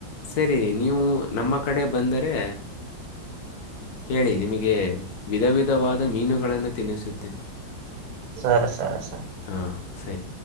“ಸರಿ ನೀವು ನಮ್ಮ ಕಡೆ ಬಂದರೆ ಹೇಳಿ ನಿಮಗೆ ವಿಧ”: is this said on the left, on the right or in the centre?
Left